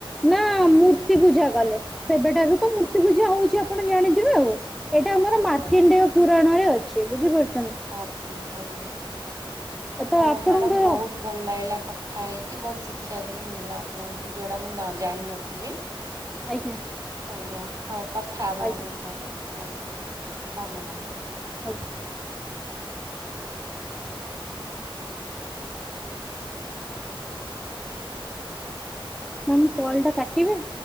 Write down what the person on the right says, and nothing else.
ହୁଁ
ହୁଁ ହୁଁ
ଆଜ୍ଞା
ଆଜ୍ଞା
ଆଜ୍ଞା ଆଜ୍ଞା
ହଉ
ମ୍ୟାଡ଼ାମ ବୋହୁତ ଭଲ ଲାଗିଲା କଥା ହେଇକି ବୋହୁତ ଶିଖିବାକୁ ବି ମିଳିଲା ଆପଣଙ୍କଠୁ ଯୋଉଟା ମୁଁ ଜାଣିନଥିଲି। ହ <inaudible>
ଆଜ୍ଞା ହଉ କଥା ହବା
ଆମେ ପରେ ଆଜ୍ଞା ଧନ୍ୟବାଦ
ହଁ।